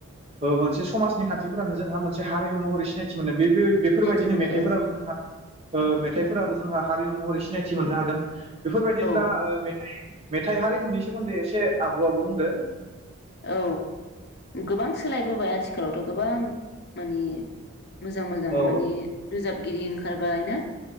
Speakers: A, on the right; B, on the left.
A: ओ मोनसे समाजनि खान्थिफोरानो जोंहा मोनसे हारिमु महरै सिनायथि मोनो बे बे बेफोरबायदिनो
B: सिनायथि मोनो
A: मेथाइफोराबो
B: औ
A: जोंहा ओ मेथाइफोराबो जोंहा हारिमु महरै सिनायथि मोननो हादों। बेफोरबायदिनो
B: औ
A: दा ओ मे मेथाइ हारिमुनि सोमोन्दै एसे आब'आबो बुंदो।
B: औ गोबां सोलायबोबाय आथिख आथिखालावथ' गोबां मानि मोजां मोजां
A: औ
B: माने रोजाब गिरि ओंखारबाय ना